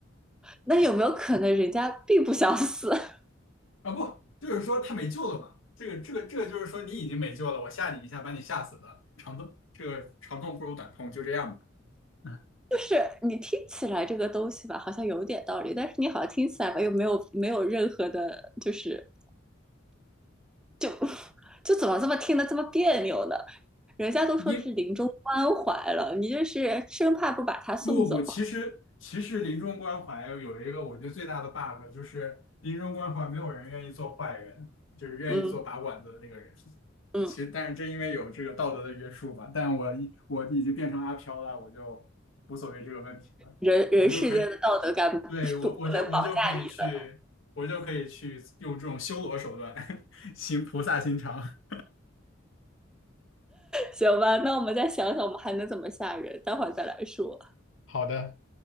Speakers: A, in the centre; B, on the left (about 80°).
A: 那有没有可能人家并不想死？<laughs>
B: 啊，不，就是说他没救了嘛。这个这个这个就是说你已经没救了，我吓你一下，把你吓死了，长痛这个长痛不如短痛，就这样吧。嗯，
A: 就是你听起来这个东西吧，好像有点道理，但是你好像听起来吧又没有没有任何的，就是就就怎么这么听得这么别扭呢？人家都说是临终关怀了，
B: 因
A: 你这是生怕不把他送走。
B: 不不不，其实其实临终关怀有一个我觉得最大的 bug 就是临终关怀没有人愿意做坏人，就是愿意做拔管子的那个人。
A: 嗯嗯，
B: 其实，但是正因为有这个道德的约束吧，但我已我已经变成阿飘了，我就无所谓这个问题了，
A: 人人世间的道德感不不不能绑架你了，
B: 我就可以，对，我我就我就可以去，我就可以去用这种修罗手段 <laughs> 行菩萨心肠。
A: 行吧？那我们再想想，我们还能怎么吓人？待会儿再来说。
B: 好的。